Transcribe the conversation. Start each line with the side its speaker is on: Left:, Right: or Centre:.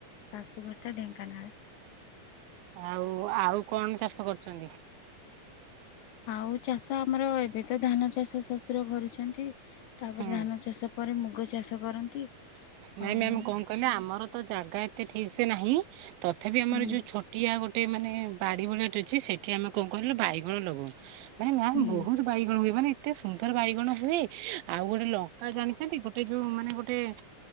Left: ଶାଶୁଘରଟା ଢେଙ୍କାନାଳ।
Right: ଆଉ ଆଉ କଣ ଚାଷ କରୁଛନ୍ତି?
Left: ଆଉ ଚାଷ ଆମର ଏବେ ତ ଧାନ ଚାଷ ଶଶୁର କରୁଛନ୍ତି। ତାପରେ
Right: ହୁଁ
Left: ଧାନ ଚାଷ ପରେ ମୁଗ ଚାଷ କରନ୍ତି।
Right: ନାଇଁ
Left: ଆଉ
Right: ମ୍ୟାମ
Left: ମୁଁ
Right: କଣ କହିଲେ ଆମର ତ ଜାଗା ଏତେ ଠିକ ସେ ନାହିଁ ତଥାପି ଆମର
Left: ହୁଁ
Right: ଯୋଉ ଛୋଟ ଟିଆ ଗୋଟେ ମାନେ ବାଡି ଭଳିଆଟ ଅଛି ସେଠି ଆମେ କଣ କହିଲ ବାଇଗଣ ଲଗଉ ମାନେ ମ୍ୟାମ
Left: ହୁଁ
Right: ବହୁତ ବାଇଗଣ ହୁଏ ମାନେ ଏତେ ସୁନ୍ଦର ବାଇଗଣ ହୁଏ ଆଉ ଗୋଟେ ଲଙ୍କା ଜାଣିଛନ୍ତି ଗୋଟେ ଯୋଉ ମାନେ ଗୋଟେ